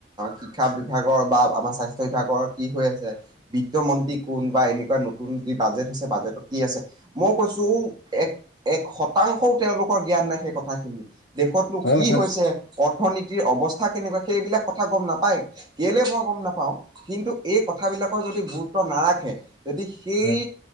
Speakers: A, on the right; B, on the left.
A: শিক্ষা বিভাগৰ বা আমাৰ স্বাস্থ্য বিভাগৰ কি হৈ আছে? বিত্তমন্ত্ৰী কোন বা এনেকুৱা নতুন যি বাজেট হৈছে বাজেটত কি আছে মই কৈছো এক এক শতাংশও তেওঁলোকৰ জ্ঞান নাই সেই কথাখিনি দেশতনো
B: হয়
A: কি
B: হয়
A: হৈছে অৰ্থনীতিৰ অৱস্থা কেনেকুৱা সেইবিলাক কথা গম নাপায়। কেলে মই গম নাপাও, কিন্তু এই কথাবিলাকৰ যদি গুৰুত্ব নাৰাখে যদি সেই
B: হয়